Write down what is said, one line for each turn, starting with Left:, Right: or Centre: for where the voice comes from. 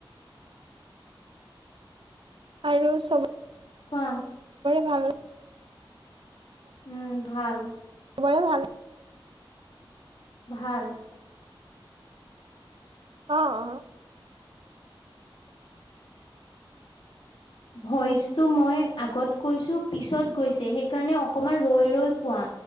Right: আৰু চব
Left: কোৱা
Right: ভাল
Left: উম ভাল
Right: সবৰে ভাল
Left: ভাল
Right: অঁ অঁ
Left: ভইচটো মই আগত কৈছো পিছত গৈছে সেইকাৰণে অকণমান ৰৈ ৰৈ কোৱা